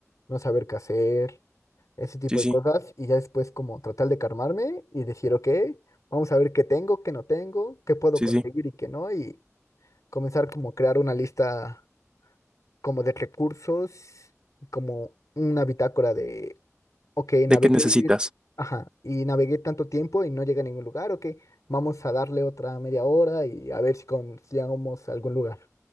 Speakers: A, on the left (about 80°); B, on the right (about 15°).
A: no saber qué hacer. ese tipo
B: Sí, sí,
A: de cosas y ya después como tratar de calmarme y decir, ok, vamos a ver qué tengo, qué no tengo, qué puedo
B: sí,
A: conseguir
B: sí.
A: y qué no, y comenzar como a crear una lista como de recursos, y como una bitácora de, ok, navegué,
B: ¿De qué necesitas?
A: ajá, y navegué tanto tiempo y no llegué a ningún lugar, ok, vamos a darle otra media hora y a ver si con- si llegamos a algún lugar.